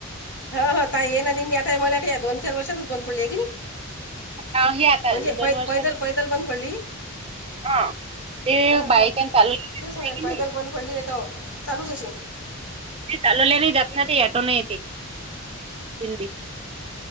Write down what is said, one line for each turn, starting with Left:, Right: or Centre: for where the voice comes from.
Left: ह हो ताये ये ना दिंडी आताय मलाठी या दोन चार वर्षातच बंद पडली आहे की नी.
Right: हा हे आता
Left: म्हणजे
Right: दोन
Left: पै
Right: वर्षां
Left: पैदल पैदल बंद पडली
Right: हा ते
Left: हं
Right: बाय
Left: हं
Right: चान्स चालू नाही
Left: तेच होणार
Right: की
Left: पैदल
Right: नाही
Left: बंद पडली नही त चालूच अशी.
Right: ती चालवले नही जात ना ती ऑटो ने येते दिंडी